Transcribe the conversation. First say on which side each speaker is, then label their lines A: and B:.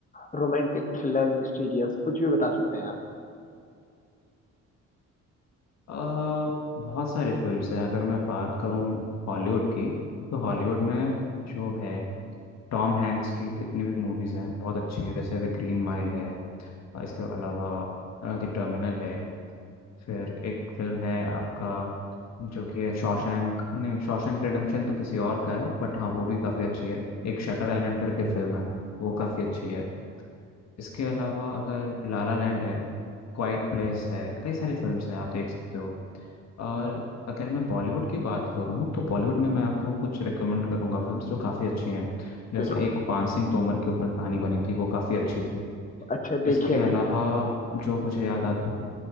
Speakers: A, on the left; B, on the left.
A: रोमांटिक थ्रिलर मिस्टीरियस कुछ भी बता सकते हैं आप
B: आ, बहुत सारी फिल्म्स हैं अगर मैं बात करूँ हॉलीवुड की तो हॉलीवुड में जो है टॉम हैंक्स की कितनी भी मूवीज़ हैं बहुत अच्छी हैं जैसे द ग्रीन माइल है और इसके अलावा द टर्मिनल है फिर एक फिल्म है आपका जो कि है शॉशैंक नहीं शॉशैंक रिडेम्पशन तो किसी और का है बट हाँ वो भी काफ़ी अच्छी है एक शटर आइलैंड करके फिल्म है वो काफ़ी अच्छी है इसके अलावा अगर लाला लैंड है क्वाइट प्लेस है कई सारी फिल्म्स हैं आप देख सकते हो और अगर मैं बॉलीवुड की बात करूँ तो बॉलीवुड में मैं आपको कुछ रिकमेंड करूँगा फिल्म्स जो काफ़ी अच्छी हैं जैसे
A: बिल्कुल
B: एक पान सिंह तोमर के ऊपर कहानी बनी थी वो काफ़ी अच्छी थी
A: अच्छा देखिए
B: इसके अलावा
A: मैंने
B: जो मुझे याद आता